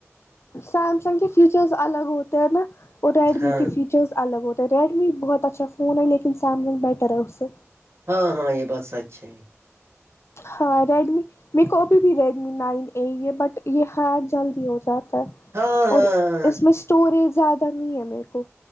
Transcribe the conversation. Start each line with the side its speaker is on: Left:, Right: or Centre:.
Left: سیمسنگ کے فیچرس الگ ہوتے ہیں نا وہ ریڈمی
Right: ہاں
Left: کے فیچر فچرز الگ ہوتے ہیں ریڈمی بہت اچھا فون ہے لیکن سیمسنگ بیٹر ہے اس سے
Right: ہاں ہاں یہ بات سچ ہے
Left: ہاں ریڈمی میرے کو ابھی بھی ریڈمی نائن اے ہے بٹ یہ ہیک جلدی ہو جاتا ہے
Right: ہاں ہاں
Left: اور اس میں اسٹوریج زیادہ نہیں ہے میرے کو